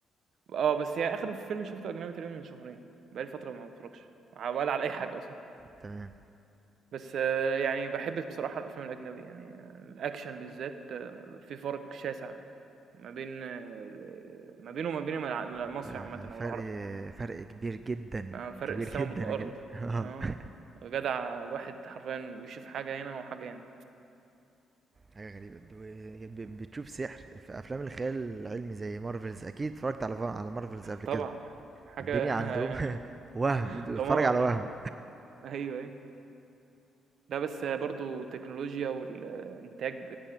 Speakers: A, on the right; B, on the right.
A: اه بس هي اخر فيلم شفته اجنبي تقريبا من شهرين بقالي فتره ما بتفرجش ع- ولا على اي حاجه اصلا
B: تمام
A: بس أه يعني بحب بصراحه الافلام الاجنبي يعني الاكشن بالذات آه، في فرق شاسع ما بين آه، ما بينه وما بين الع- المصري
B: ف-
A: عامه او
B: فرق
A: العربي
B: فرق كبير جدا
A: ما فرق
B: كبير
A: السما
B: جدا
A: بالارض
B: بجد <laughs>
A: اه جدع الواحد حرفيا بيشوف حاجه هنا وحاجه هنا
B: حاجة غريبة دو- ب- بتشوف سحر في أفلام الخيال العلمي زي مارفلز أكيد اتفرجت على على مارفلز قبل
A: طبعًا،
B: كده
A: حاجة
B: الدنيا
A: <laughs>
B: عندهم <laughs> وهم أنت بتتفرج
A: دمار.
B: على وهم
A: أيوه، أيوه. لأ بس برضه التكنولوجيا والإنتاج